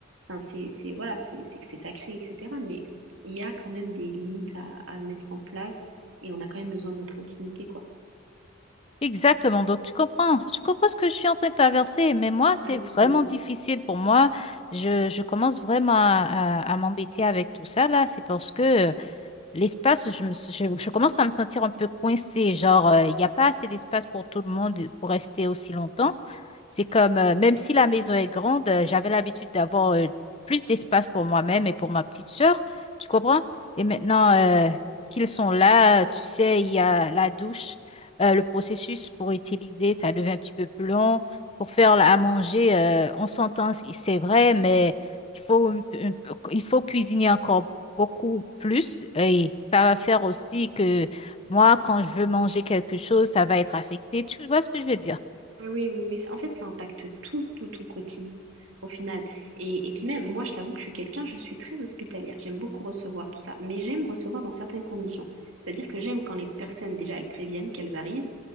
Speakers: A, on the right; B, on the left.
A: enfin, c'est, c'est, voilà, c'est c'est que c'est sacré, etc. Mais il y a quand même des limites à, à mettre en place, et on a quand même besoin de notre intimité, quoi.
B: Exactement. Donc, tu comprends. Tu comprends ce que je suis en train de traverser. Mais moi, c'est
A: Ah,
B: vraiment
A: c'est...
B: difficile pour moi. Je, je commence vraiment à, à- à m'embêter avec tout ça, là. C'est parce que L'espace, je, me- je, je commence à me sentir un peu coincée. Genre, euh, il n'y a pas assez d'espace pour tout le monde pour rester aussi longtemps. C'est comme, euh, même si la maison est grande, euh, j'avais l'habitude d'avoir euh, plus d'espace pour moi-même et pour ma petite sœur. Tu comprends? Et maintenant
A: oui.
B: euh, qu'ils sont là, tu sais, il y a la douche, euh, le processus pour utiliser, ça devient un petit peu plus long. Pour faire à manger, euh, on s'entend, c'est c'est vrai, mais il faut, un peu- un peu- il faut cuisiner encore beaucoup plus et ça va faire aussi que moi, quand je veux manger quelque chose, ça va être affecté. Tu vois ce que je veux dire?
A: Ah Oui, oui, oui. c'est- En fait, ça impacte tout, tout ton quotidien au final. Et, et puis même, moi, je t'avoue que je suis quelqu'un, je suis très hospitalière. J'aime beaucoup recevoir tout ça, mais j'aime recevoir dans certaines conditions. C'est-à-dire que j'aime quand les personnes, déjà, elles préviennent qu'elles arrivent.